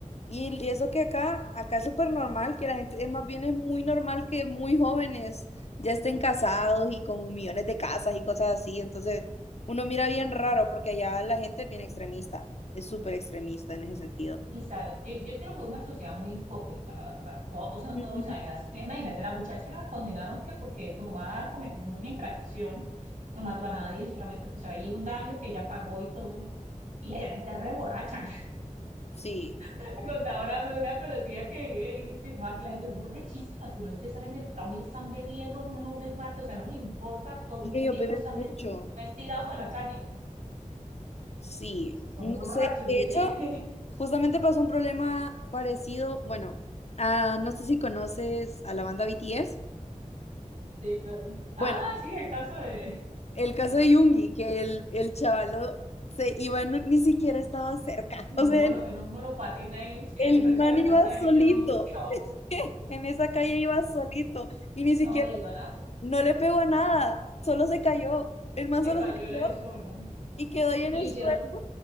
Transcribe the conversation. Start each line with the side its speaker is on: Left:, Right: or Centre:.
Left: y, y eso que acá, acá es súper normal, que la gente, es más bien es muy normal que muy jóvenes ya estén casados y con millones de casas y cosas así. Entonces, uno mira bien raro porque allá la gente es bien extremista, es súper extremista en ese sentido.
Right: Y sabe, yo, yo creo que es una sociedad muy hipócrita, la verdad. Todos son
Left: Ujú.
Right: todos allá. Imagínate, la muchacha la condenaron que porque tomada cometió una infracción, no mató a nadie, solamente pues ahí un daño que ella pagó y todo. Y allá la gente es re borracha.
Left: Sí,
Right: Me contaba una, una conocida que vive y dice, no, aquí la gente es borrachísima, tú lo empezaron en el trabajo y están bebiendo un lunes, martes, o sea, no le importa, todo
Left: es
Right: el
Left: que ellos
Right: tiempo
Left: beben
Right: están
Left: mucho.
Right: bebiendo, están estirados en la calle,
Left: Sí,
Right: son
Left: no
Right: borrachos.
Left: sé. De
Right: dice
Left: hecho, justamente pasó un problema parecido. Bueno, ah, no sé si conoces a la banda BTS.
Right: <laughs> Sí, claro. Ah,
Left: Bueno,
Right: sí, el caso de,
Left: El caso de Yungi, que el, el chavalo se iba, no- ni siquiera estaba cerca.
Right: de
Left: <laughs> O
Right: un
Left: sea,
Right: mono,
Left: el,
Right: en un monopatín ahí en-
Left: el
Right: en el
Left: man
Right: de la
Left: iba
Right: casa de él
Left: solito.
Right: hicieron un show.
Left: <laughs> En esa calle iba solito. Y ni siquiera,
Right: No, y le iban a-
Left: no le pegó a nada. Solo se cayó. El man
Right: se
Left: solo
Right: cayó
Left: se cayó
Right: el avión.
Left: y quedó ahí en
Right: Y
Left: el
Right: le hicieron,
Left: suelo.